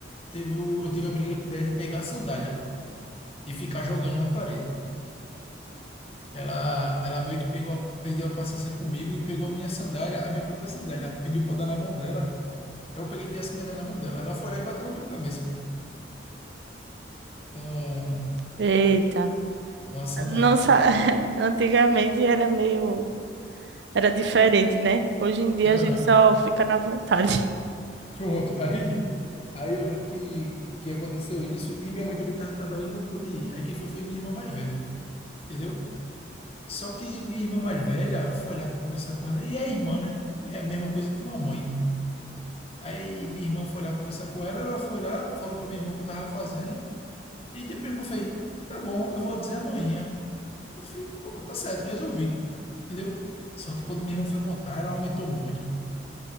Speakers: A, on the left; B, on the right.
A: teve, o- eu tive a brilhante ideia de pegar a sandália e ficar jogando na parede. Ela, ela meio que pegou, a- perdeu a paciência comigo e pegou a minha sandália, a minha própria sandália. Pediu pra eu dar na mão dela. Eu peguei e dei a sandália na mão dela. Ela foi lá e bateu na minha cabeça com,
B: Eita.
A: com a sandália.
B: Nossa, <laughs> antigamente era meio, era diferente, né? Hoje em dia
A: Aham.
B: a gente só fica na vontade.
A: Pronto. <laughs> Aí, aí eu lembro que, que aconteceu isso e minha mãe também estava trabalhando, não pôde ir. Aí quem foi foi minha irmã mais velha, entendeu? Só que minha irmã mais velha foi lá para conversar com ela. E é irmã, né? É a mesma coisa que uma mãe. Aí minha irmã foi lá conversar com ela, ela foi lá, falou para minha irmã o que eu estava fazendo. E depois minha irmã fez, tá bom, eu vou dizer amanhã. Eu fiz, pronto, tá certo, resolvido. Entendeu? Só que quando minha irmã foi contar, ela aumentou muito, pô.